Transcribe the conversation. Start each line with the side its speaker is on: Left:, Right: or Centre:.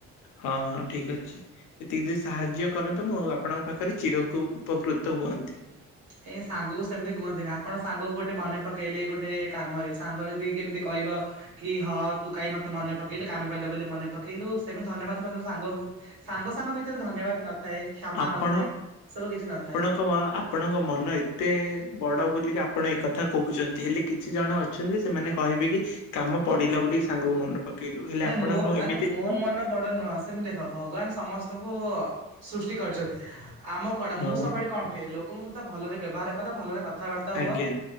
Left: ହଁ ହଁ ଠିକ୍ ଅଛି। ଏତିକି ଦି ସାହାଯ୍ୟ କରନ୍ତୁ ମୁଁ ଆଉ ଆପଣଙ୍କ ପାଖରେ ଚିରକୁ ଉପକୃତ ହୁଅନ୍ତି।
Right: ଏ ସାଙ୍ଗକୁ ସେମିତି କୁହନ୍ତିନି ଆପଣ ସାଙ୍ଗକୁ ଗୋଟେ ମନେ ପକେଇଲେ ଗୋଟେ କାମରେ ସାଙ୍ଗ ଯଦି କେମିତି କହିବ କି ହଁ ତୁ କାଇହିଁ ମତେ ମନେ ପକେଇଲୁ କାମ କିଲା ବୋଲି ମନେ ପକେଇଲୁ ସେମିତି ଧନ୍ୟବାଦ ଧନ୍ୟବାଦ ସାଙ୍ଗ। ସାଙ୍ଗ ସାଙ୍ଗ ଭିତରେ ଧନ୍ୟବାଦ ନଥାଏ, କ୍ଷମା
Left: ଆପଣ
Right: ନଥାଏ, ସବୁ କିଛି ନଥାଏ।
Left: <unintelligible> ଆପଣଙ୍କ ମନ ଏତେ ବଡ଼ ବୋଲି କି ଆପଣ ଏ କଥା କହୁଛନ୍ତି ହେଲେ କିଛି ଜଣ ଅଛନ୍ତି ସେମାନେ କହିବେ କି କାମ ପଡିଲା ବୋଲି ସାଙ୍ଗକୁ ମନେ ପକେଇଲୁ ହେଲେ
Right: ଆରେ
Left: ଆପଣ
Right: ମୋ
Left: ନୁହ
Right: ଆରେ
Left: ଏମିତି
Right: ମୋ
Left: ନୁହଁ।
Right: ମନ ବଡ ନୁହ ସେମିତି ଦେଖ ଭଗବାନ ସମସ୍ତଙ୍କୁ-ଉ-ଉ-ଉ ସୃଷ୍ଟି କରିଛନ୍ତି। ଆମ କଣ ମୁଁ
Left: ହଁ
Right: ସବୁବେଳେ କଣ କୁହେ ଲୋକଙ୍କ ସହିତ ଭଲରେ ବ୍ୟବହାର କର ଭଲରେ କ ଥାବାର୍ତ୍ତା
Left: ଆଜ୍ଞା
Right: ହୁଅ